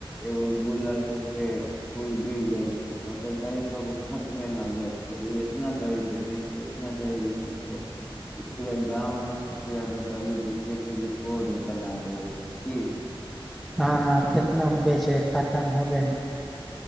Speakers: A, on the left; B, in the centre.
A: एगो गुलर के पेड़ फूल गिर गेल छै तऽ ओकर दही <unintelligible> खत्मे न भेल छै उ एतना दही बेचे छै एतना दही बेचे छै पूरा गाँव मे सबसे ज्यादा दही बेचे के रुपो बना देबै की
B: हाँ हाँ कितनो के बेचबै खतम होबे न करै